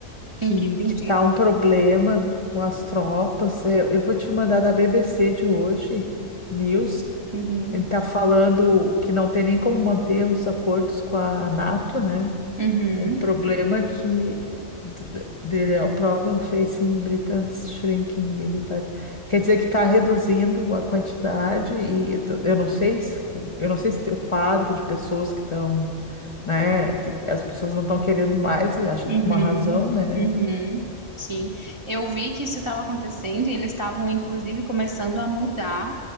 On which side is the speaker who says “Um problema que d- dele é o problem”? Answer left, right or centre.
Left